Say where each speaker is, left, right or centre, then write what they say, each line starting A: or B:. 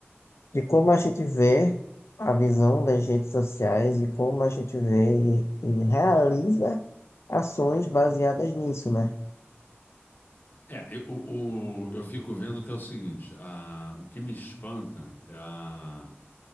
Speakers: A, on the left (about 80°); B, on the left (about 45°).
A: de como a gente vê a visão das redes sociais e como a gente vê e, e realiza ações baseadas nisso, né?
B: É, eu, o- o- eu fico vendo que é o seguinte: a- o que me espanta é a.